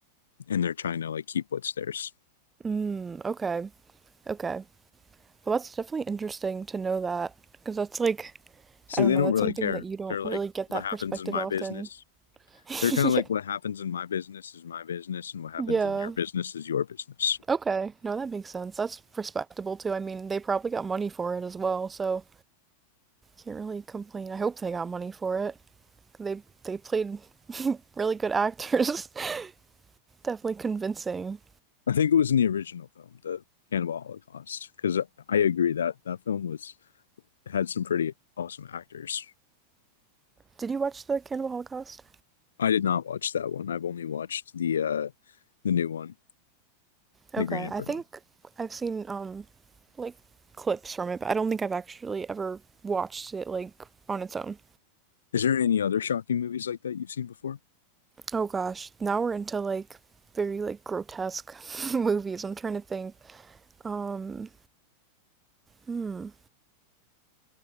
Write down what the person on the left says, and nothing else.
and they're trying to like keep what's theirs.
So
they
don't
really
care.
They're like
what
happens
in my
business.
They're kind
of like what happens in my business is my business and what happens
in your business is your business.
I think it was in the original film, the Cannibal Holocaust, because I agree that that film was had some pretty awesome actors.
I did not watch that one. I've only watched the uh the new one, The
Green Inferno.
Is there any other shocking movies like that you've seen before?